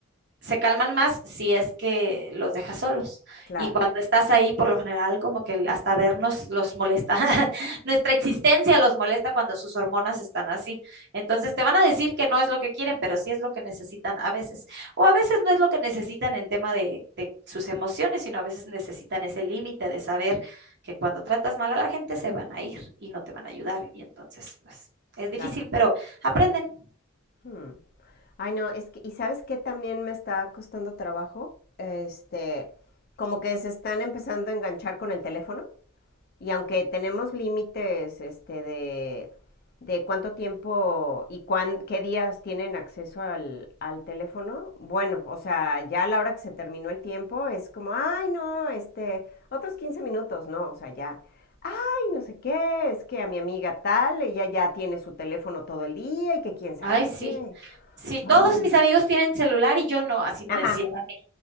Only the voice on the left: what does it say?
Claro,
claro.
Hmm. Ay, no, es que, ¿y sabes qué también me está costando trabajo? Este, como que se están empezando a enganchar con el teléfono. Y aunque tenemos límites este, de, de cuánto tiempo y cuán, qué días tienen acceso al, al teléfono, bueno, o sea, ya a la hora que se terminó el tiempo es como, ay, no, este, otros 15 minutos, no, o sea, ya, ay, no sé qué, es que a mi amiga tal, ella ya tiene su teléfono todo el día y que quién sabe
qué.
Ay.
Ajá,